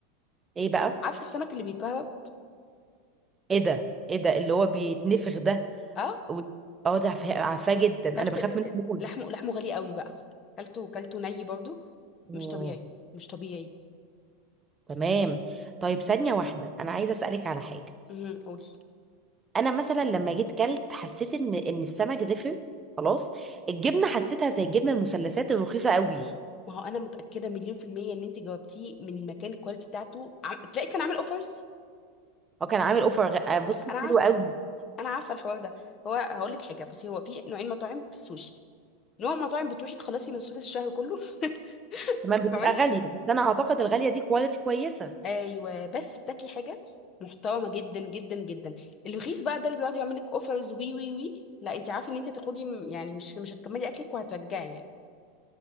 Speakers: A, on the right; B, on the left.
A: ايه بقى
B: عارفه السمك اللي بيكهرب
A: ايه ده ايه ده اللي هو بيتنفخ ده
B: اه
A: و- اه ده عارفاه عارفاه جدا
B: اكلت
A: انا بخاف
B: آه،
A: منه
B: آه،
A: موت
B: لحمه لحمه غالي قوي بقى اكلته اكلته ني برضو
A: اوه
B: مش طبيعي مش طبيعي
A: تمام طيب ثانيه واحده انا عايزه اسالك على حاجه
B: امم قولي
A: انا مثلا لما جيت كلت حسيت ان ان السمك زفر خلاص الجبنه حسيتها زي الجبنه المثلثات الرخيصه قوي
B: ما هو انا متاكده مليون في الميه ان انت جاوبتيه من مكان الكواليتي بتاعته عم... تلاقي كان عامل اوفرز
A: هو كان عامل اوفر غ- آه، بص
B: انا عارفه
A: حلو قوي
B: انا عارفه الحوار ده هو هقول لك حاجه بصي هو في نوعين مطاعم في السوشي نوع مطاعم بتروحي تخلصي مصروف الشهر كله <laughs>
A: تمام
B: تمام
A: بتبقى غالية بس انا اعتقد الغالية دي كواليتي كويسة
B: ايوه بس بتاكلي حاجه محترمه جدا جدا جدا الرخيص بقى ده اللي بيقعد يعمل لك اوفرز وي وي وي لا انت عارفه ان انت تخرجي م- يعني مش مش هتكملي اكلك وهترجعي يعني